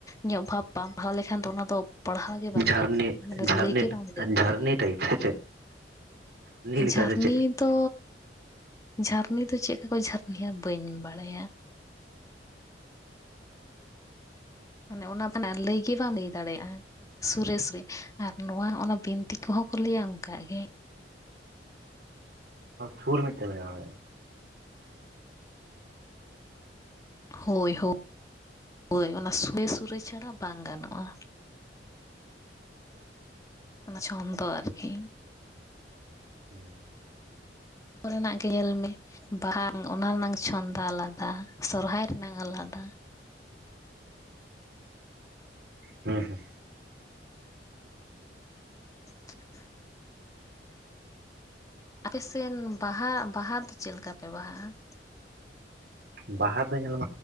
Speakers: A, on the left (about 20°); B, on the right (about 60°).
A: ᱧᱚᱜ ᱵᱷᱟᱵ ᱵᱟᱢ ᱯᱟᱲᱦᱟᱣ ᱞᱮᱠᱷᱟᱱ ᱫᱚ ᱚᱱᱟ ᱫᱚ ᱯᱟᱲᱦᱟᱣ ᱜᱮ ᱵᱟᱝ
B: ᱡᱷᱟᱨᱱᱤ
A: ᱜᱟᱱᱚᱜᱼᱟ ᱱᱚᱰᱮ
B: ᱡᱷᱟᱨᱱᱤ
A: ᱞᱟᱹᱭ ᱜᱮ ᱵᱟᱢ ᱞᱟᱹᱭ ᱫᱟᱲᱮᱭᱟᱜᱼᱟ
B: ᱡᱷᱟᱨᱱᱤ ᱴᱟᱭᱤᱯ ᱥᱮ ᱪᱮᱫ ᱞᱮᱠᱟ
A: ᱡᱷᱟᱨᱱᱤ
B: ᱥᱮ ᱪᱮᱫ
A: ᱫᱚ ᱡᱷᱟᱨᱱᱤ ᱫᱚ ᱪᱮᱫ ᱠᱟ ᱠᱚ ᱡᱷᱟᱨ ᱱᱤᱭᱟ ᱵᱟᱹᱧ ᱵᱟᱲᱟᱭᱟ ᱢᱟᱱᱮ ᱚᱱᱟ ᱫᱚ ᱦᱟᱸᱜ ᱞᱟᱹᱭ ᱜᱮ ᱵᱟᱢ ᱞᱟᱹᱭ ᱫᱟᱲᱮᱭᱟᱜᱼᱟ ᱥᱩᱨᱮ ᱥᱩᱨᱮ ᱟᱨ ᱱᱚᱣᱟ ᱚᱱᱟ ᱵᱤᱱ ᱛᱤ ᱠᱚᱦᱚᱸ ᱠᱚ ᱞᱟᱹᱭᱟ ᱚᱱᱠᱟᱜ ᱜᱮ
B: ᱥᱩᱨ ᱢᱤᱫᱴᱮᱱ ᱵᱮᱱᱟᱣ
A: ᱦᱳᱭ ᱦᱳᱭ ᱦᱳᱭ ᱚᱱᱟ ᱥᱩᱨᱮ ᱥᱩᱨᱮ ᱪᱷᱟᱲᱟ ᱵᱟᱝ ᱜᱟᱱᱚᱜᱼᱟ ᱚᱱᱟ ᱪᱷᱚᱱᱫᱚ ᱟᱨᱠᱤ
B: ᱦᱩᱸ
A: ᱚᱛ ᱨᱮᱱᱟᱜ ᱜᱮ ᱧᱮᱞ ᱢᱮ ᱵᱟᱦᱟ ᱚᱱᱟ ᱨᱮᱱᱟᱝ ᱪᱷᱚᱱᱫᱟ ᱟᱞᱟᱫᱟ ᱥᱚᱨᱦᱟᱭ ᱨᱮᱱᱟᱝ ᱟᱞᱟᱫᱟ
B: ᱦᱮᱸ ᱦᱮᱸ
A: <unintelligible> ᱟᱯᱮ ᱥᱨᱱ ᱵᱟᱦᱟ ᱵᱟᱦᱟ ᱫᱚ ᱪᱮᱫ ᱞᱮᱠᱟ ᱯᱮ ᱵᱟᱦᱟᱜᱼᱟ
B: ᱵᱟᱦᱟ ᱫᱚ ᱧᱮᱞᱚᱜ